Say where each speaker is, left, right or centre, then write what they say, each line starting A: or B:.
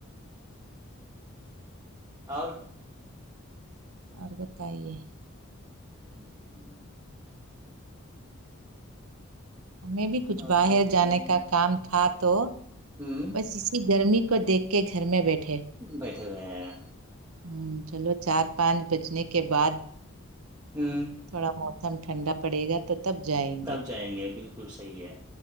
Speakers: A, on the right; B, on the right.
A: اور
B: اور بتائیے
A: ہ ہ ہ
B: ہمیں بھی کچھ
A: اور
B: باہر
A: کیا بتائیے
B: جانے کا کام تھا تو
A: ہوں
B: بس اسی گرمی کو دیکھ کے گھر میں بیٹھے
A: بیٹھے ہوئے ہیں
B: ہ چلو چار پانچ بجنے کے بعد
A: ہ
B: تھوڑا بہت ایک دم ٹھنڈ پڑ گا تو تب جائیں
A: تب جائیں گے بالکل صحیح ہے